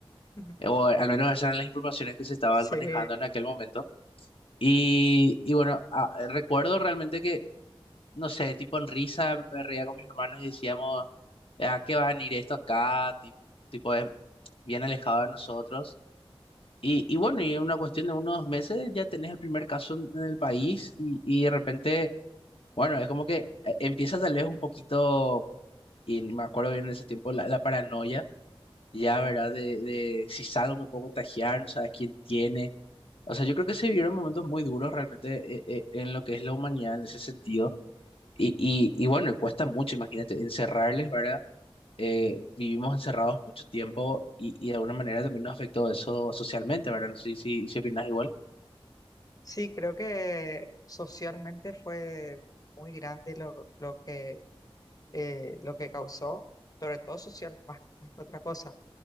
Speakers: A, on the left; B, on the left.
A: Ujú.
B: O al menos esas eran las informaciones que se estaban
A: Sí,
B: manejando en aquel momento. Y, y bueno, a- recuerdo realmente que, no sé, tipo en risa me reía con mis hermanos y decíamos, ¿a qué va a venir esto acá? Ti- Tipo, es bien alejado de nosotros. Y, y bueno, y en una cuestión de unos dos meses ya tenés el primer caso en, en el país y, y de repente... Bueno, es como que eh, empieza tal vez un poquito, y me acuerdo bien en ese tiempo, la, la paranoia, ya, ¿verdad? De, de si salgo me puedo contagiar, no sabes quién tiene. O sea, yo creo que se vivieron momentos muy duros realmente eh, eh, en lo que es la humanidad en ese sentido. Y, y, y bueno, cuesta mucho, imagínate, encerrarles, ¿verdad? Eh, vivimos encerrados mucho tiempo y, y de alguna manera también nos afectó eso socialmente, ¿verdad? No sé si, si opinas igual.
A: sí, creo que socialmente fue muy grande lo, lo que eh, lo que causó, sobre todo social más, más que otra cosa.